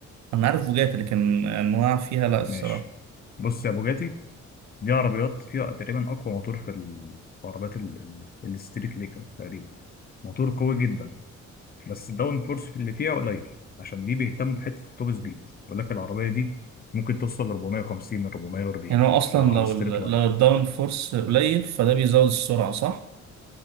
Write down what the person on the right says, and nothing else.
انا عارف بوجاتي لكن انواع فيها لا
الصراحه
يعني هو اصلا
لو
ال-
لو الداون فورس قليل فده بيزود السرعه صح